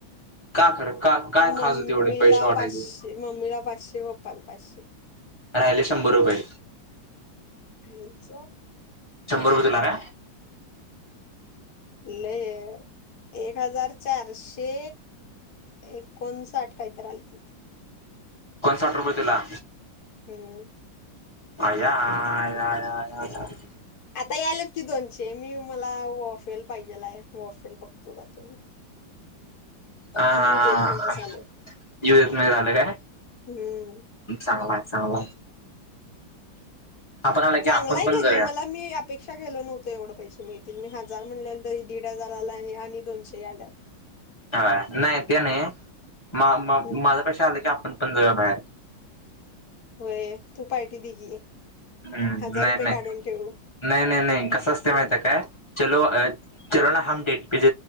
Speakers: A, on the left (about 15°); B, on the left (about 55°).
A: का खरं का काय खास
B: मम्मीला
A: होते एवढे पैसे वाटायचे
B: पाचशे मम्मीला पाचशे बाप् पण पाचशे
A: राहिले शंभर रुपये
B: खायचं
A: शंभर रुपये तुला का
B: ल य एक, हजार चारशे, एकोणसाठ काहीतरी आलते
A: कोण साठ रुपये दिला
B: हं, हं
A: अय्या या या या या
B: आता यायला कि दोनशे मी मला वाफेल पाहिजे आहे वाफेल बघतो मी जातो मी
A: हा
B: येऊ देत म्हणजे
A: हा
B: झालं
A: युजच नाही झाले का
B: हम्म.
A: चांगला चांगला आपण आला की
B: चांगलाय
A: आपण पण
B: घरी
A: जाऊया
B: मला मी अपेक्षा केलं नव्हतं एवढं पैसे मिळतील मी हजार म्हणले त दीड हजार आणि, दोनशे आलेत
A: हा नाही ते नाही मा
B: हम्म
A: माझे पैसे आले की आपण आपण जाऊया बाहेर
B: होय तू पार्टी दे की
A: हं
B: हजार
A: नाही
B: रुपये
A: नाही
B: काढून ठेव
A: नाही नाही कसं असतं माहितीये का चलो ह चलो ना हम डेट पर